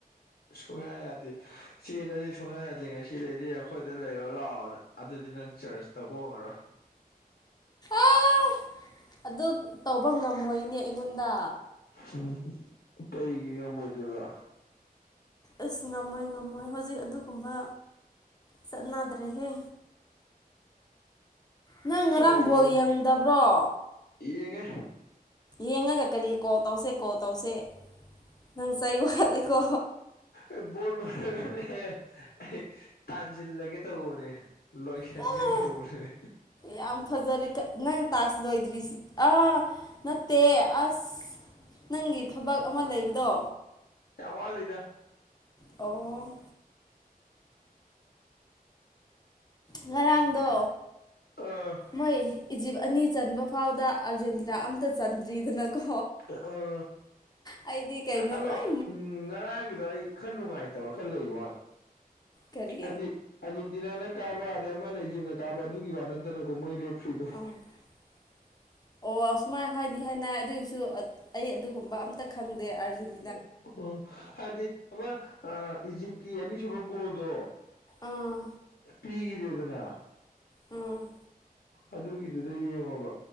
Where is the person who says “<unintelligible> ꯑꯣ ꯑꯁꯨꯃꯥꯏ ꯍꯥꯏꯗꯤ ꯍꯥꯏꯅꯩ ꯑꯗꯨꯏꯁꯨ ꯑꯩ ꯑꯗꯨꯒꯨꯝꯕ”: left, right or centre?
Left